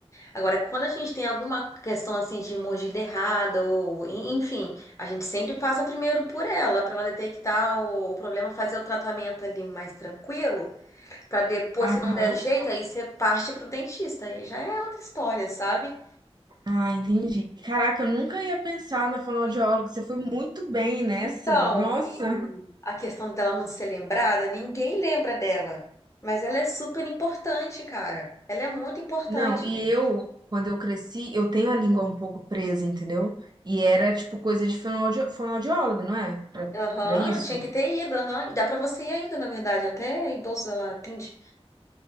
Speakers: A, on the left; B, on the right.
A: Agora, quando a gente tem alguma questão assim de mordida errada, ou en- enfim, a gente sempre passa primeiro por ela, para ela detectar o, o problema, fazer o tratamento ali mais tranquilo, para depois,
B: aham.
A: se não der jeito, aí você parte pro dentista, aí já é outra história, sabe?
B: Ah, entendi. Caraca, eu nunca ia pensar na fonoaudióloga.
A: E-
B: Você foi muito bem nessa.
A: Então,
B: Nossa.
A: e a questão dela não ser lembrada, ninguém lembra dela, mas ela é super importante, cara. Ela é muito importante,
B: Não, e
A: gente.
B: eu, quando eu cresci, eu tenho a língua um pouco presa, entendeu? E era, tipo, coisa de fonoaudio fonoaudiólogo, não é? Pra,
A: Aham,
B: pra isso.
A: tinha que ter ido, aham. E dá pra você ir ainda, na verdade, até idoso ela atende,